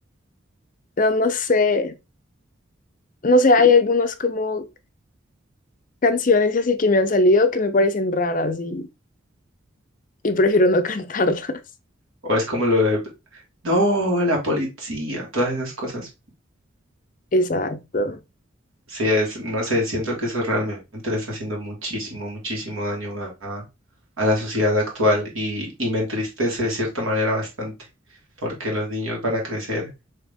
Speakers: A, on the left; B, on the right.
A: no, no sé. no sé, hay algunas como canciones así que me han salido que me parecen raras y, y prefiero no <laughs> cantarlas.
B: O es como lo de, no, la policía, todas esas cosas.
A: Exacto.
B: Sí, es, no sé, siento que eso realmente le está haciendo muchísimo, muchísimo daño a, a a la sociedad actual y, y me entristece de cierta manera bastante, porque los niños van a crecer